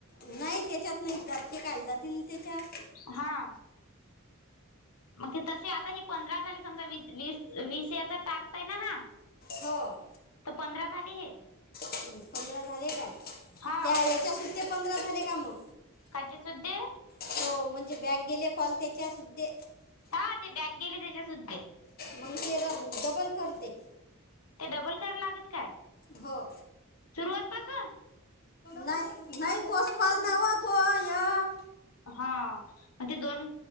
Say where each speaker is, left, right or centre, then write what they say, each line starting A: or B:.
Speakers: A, on the left (about 40°); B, on the left (about 85°).
A: नाही त्याच्यात नाही जात, ते कायला जातील त्याच्यात.
B: हा. मग ते तसे, आता हे पंधरा झाले समजा, वी वीस याचा टार्स आहे ना हा.
A: हो.
B: तर पंधरा झाले हे.
A: पंधरा झाले काय,
B: हा
A: त्या याच्या सुद्ध्या पंधरा झाले का मग?
B: काचे सुद्धे
A: हो म्हणजे बॅग गेले कॉल त्याच्या सुद्धे.
B: हा ते बॅग गेले त्याच्यासुद्धे.
A: मग ते र डबल करते.
B: ते डबल करा लागत काय?
A: हो
B: सुरवात पासून.
A: नाही नाही तोच कॉल नावा तो यक.
B: हा मग ते दोन